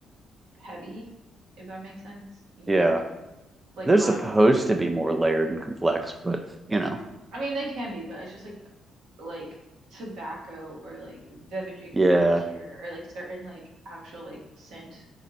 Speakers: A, on the right; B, on the right.
A: heavy, if that makes sense. You
B: Yeah.
A: know, like like
B: They're
A: a lot
B: supposed
A: of
B: to be more layered and complex, but you know.
A: I mean, they can be, but it's just like like tobacco or like velvet
B: Yeah.
A: velvetier or like certain like actual like scent